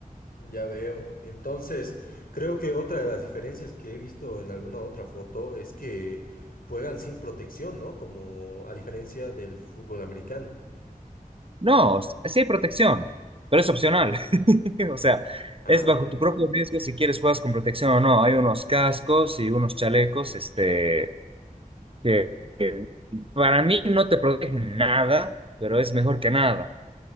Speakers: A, on the left; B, on the right.
A: ya veo. Entonces, Creo que otra de las diferencias que he visto en alguna otra foto es que juegan sin protección, ¿no? Como a diferencia del fútbol americano.
B: No, s- sí hay protección, pero es opcional. <laughs> O sea,
A: ah,
B: es bajo
A: bueno,
B: tu propio riesgo si quieres juegas con protección o no. Hay unos cascos y unos chalecos, este, que para mí no te protegen nada, pero es mejor que nada.